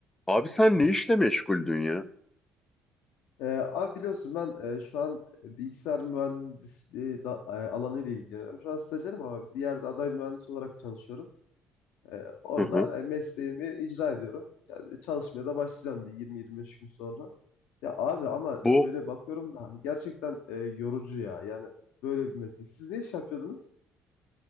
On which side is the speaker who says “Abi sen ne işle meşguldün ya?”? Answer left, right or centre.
Left